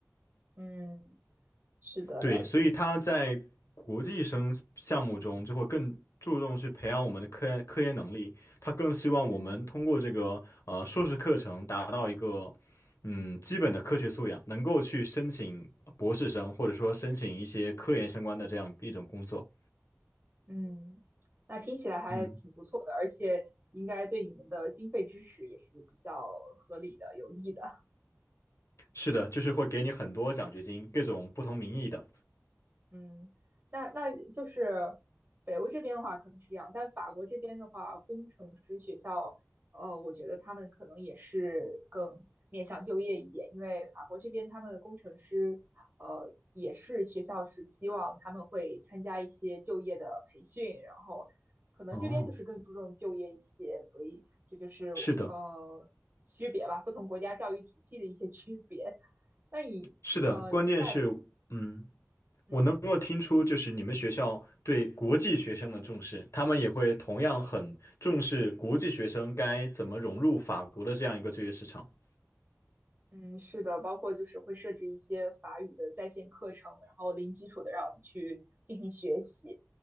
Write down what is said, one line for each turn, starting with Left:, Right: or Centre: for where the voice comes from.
Right: 嗯是的，
Left: 对，
Right: 了解。
Left: 所以他在国际生项目中就会更注重去培养我们的科研科研能力，他更希望我们通过这个呃硕士课程达到一个
Right: 嗯。
Left: 嗯基本的科学素养，能够去申请博士生或者说申请一些科研相关的这样一种工作。
Right: 嗯，那听起来还挺不错的，
Left: 嗯，
Right: 而且应该对你们的经费支持也是比较合理的、有利的。
Left: 是的，就是会给你很多奖学金，各种不同名义的。
Right: 嗯，那那就是北欧这边的话可能是这样，但法国这边的话，工程师学校，呃，我觉得他们可能也是更面向就业一点，因为法国这边他们的工程师，呃，也是学校是希望他们会参加一些就业的培训，然后可能这边就是更注重就业一些，
Left: 哦，
Right: 所以这就是呃区别吧，
Left: 是的，
Right: 不同国家教育体系的一些区别。那你呃在
Left: 是的，关键是嗯。
Right: 嗯。
Left: 我能够听出，就是你们学校对国际学生的重视，他们也会同样很重视国际学生该怎么融入法国的这样一个就业市场。
Right: 嗯，是的，包括就是会设置一些法语的在线课程，然后零基础的让我们去进行学习，